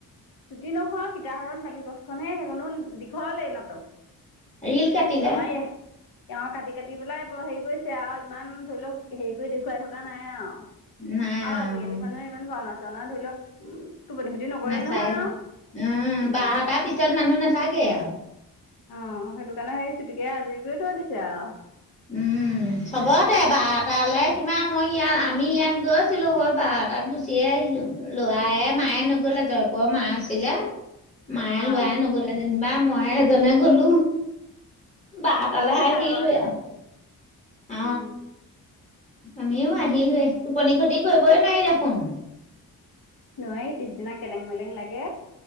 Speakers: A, on the left; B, on the left.
A: চুটি নহয় সীতাহৰণ বালি বথখনহে সেইখনো দীঘলে নাটক।
B: ৰিল কাটিলে
A: আমাৰ এয়া তেওঁ কাটি কাটি পেলাই ব হেৰি কৰিছে আৰু ইমান ধৰি লওঁক হেৰি কৰি দেখুৱাই থকা নাই আৰু।
B: নাই
A: আৰু
B: অ',
A: আজিকালি মানুহে ইমান ভাওনা চাওনা ধৰি লওঁক উম টোপনি খতি নকৰেই
B: নাচায়
A: নহয় আৰু
B: উম
A: উম
B: বাৰটাৰ পিছত মানুহ নাথাকে আৰু।
A: অ', সেইটো কাৰণে সেই চুটিকে আজুৰি কৰি থৈ দিছে আৰু।
B: উম। চবতে বাৰটালৈ কিমান মই ইয়াত আমি ইয়াত গৈছিলো হয় বাৰটাত গুচিয়ে আহিলো। ল'ৰা মায়ে নগ'লে জয়পুৰৰ মা আছিলে। মায়ে
A: অ
B: ল'ৰাই নগ'লে যেনিবা মইয়ে এজনে গ'লো। বাৰটালে
A: আমি
B: আহিলোই
A: চাৰে বাৰটাত
B: আৰু।
A: আহিছো
B: অ
A: উম।
B: আমিও আহিলোয়ে টোপনি ক্ষতি কৰিবই নোৱাৰি দেখোন।
A: নোৱাৰি পিছদিনা কেলেং মেলেং লাগে।